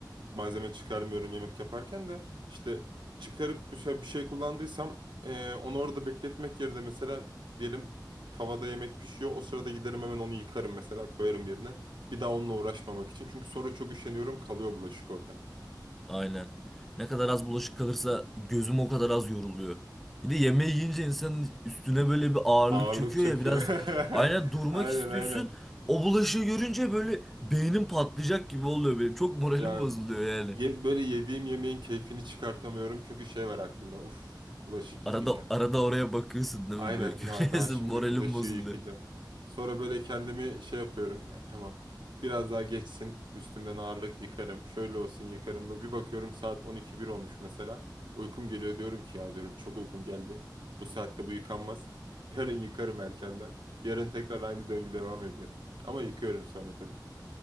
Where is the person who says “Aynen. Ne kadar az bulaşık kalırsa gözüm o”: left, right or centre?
Centre